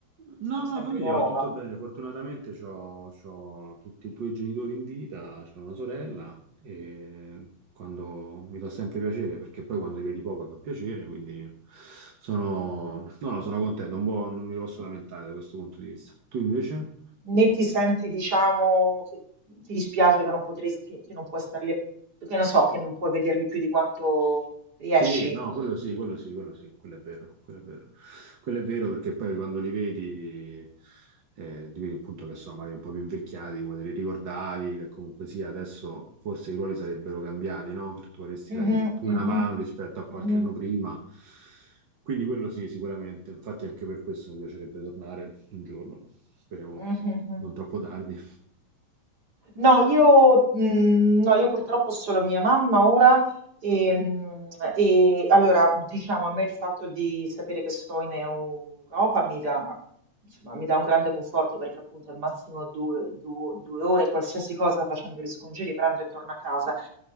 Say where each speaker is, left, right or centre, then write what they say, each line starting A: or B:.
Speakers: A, on the right (about 35°); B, on the right (about 50°).
A: siamo
B: No, no,
A: sempre
B: la famiglia
A: in Europa.
B: va tutto bene. Fortunatamente c'ho, c'ho tutti e due i genitori in vita, c'ho una sorella e quando mi fa sempre piacere, perché poi quando li vedi poco fa piacere, quindi sono, no, no, sono contento, un po' non mi posso lamentare da questo punto di vista. Tu invece?
A: né ti senti, diciamo, che ti dispiace che non potresti, che non puoi starli, che non so, che non puoi vederli più di quanto riesci.
B: Sì, no, quello sì, quello sì, quello sì, quello è vero, quello è vero. Quello è vero perché poi quando li vedi, eh, ti vedi appunto che sono magari un po' più invecchiati, come te li ricordavi, che comunque sia, adesso forse i ruoli sarebbero cambiati, no? Perché vorresti
A: Mhm,
B: dargli più
A: mhm,
B: una mano rispetto a qualche
A: mhm,
B: anno prima. Quindi quello sì, sicuramente. Infatti anche per questo mi piacerebbe tornare un giorno, speriamo
A: mhm, mhm,
B: non
A: mhm.
B: troppo tardi.
A: No, io, mm, no, io purtroppo ho solo mia mamma ora e, mm, e allora diciamo a me il fatto di sapere che sto in Europa mi dà, insomma, mi dà un grande conforto perché appunto al massimo due, due- due ore qualsiasi cosa facendo gli scongiuri, prendo e torno a casa.